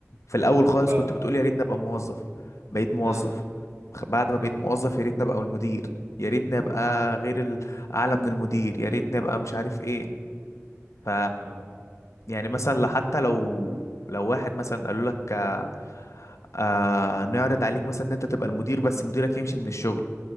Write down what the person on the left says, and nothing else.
في الاول خالص
كنت بتقول يا ريتني ابقى موظف بقيت موظف
خ- بعد ما
بقيت موظف يا ريتني ابقى المدير يا ريتني ابقى
غير ال- اعلى من المدير يا ريتني ابقى مش عارف ايه ف
يعني مثلا حتى لو لو واحد مثلا قالوا لك آه آه نعرض عليك مثلا ان انت تبقى المدير بس مديرك يمشي من الشغل